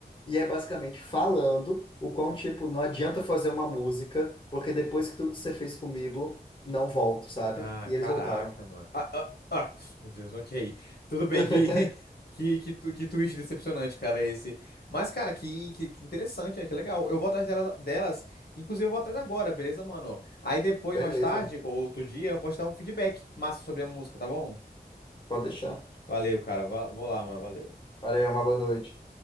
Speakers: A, on the left; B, on the left.
A: E é basicamente falando o quão, tipo, não adianta fazer uma música, porque depois que tudo que você fez comigo, não volto, sabe?
B: Ah,
A: E eles
B: caraca,
A: voltaram.
B: mano. Ah, ah, ah, pf, meu Deus, ok. Tudo bem,
A: <laughs>
B: que, <laughs> que, que, tu- que twist decepcionante, cara, esse. Mas, cara, que, que, que interessante, né? Que legal. Eu vou atrás delas, delas, inclusive eu vou atrás agora, beleza, mano? Aí depois,
A: Beleza,
B: mais tarde, ou outro dia, eu posso dar um feedback massa sobre a música, tá bom?
A: pode deixar.
B: Valeu, cara. va- Vou lá, mano. Valeu.
A: Valeu, uma boa noite.